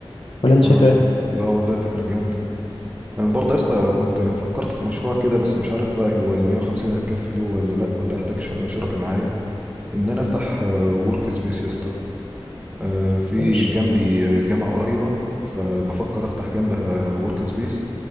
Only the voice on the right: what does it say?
اه
لا والله فكره جامده انا برضه يا اسطى كنت فكرت في مشروع كده بس مش عارف بقى هو ال 150 هتكفي له ولا لا ولا احتاج شو- شركاء معايا ان انا افتح ورك سبيس يا اسطى آه، في
جنبي آه، جامعة قريبة فبفكر افتح جنبها ورك سبيس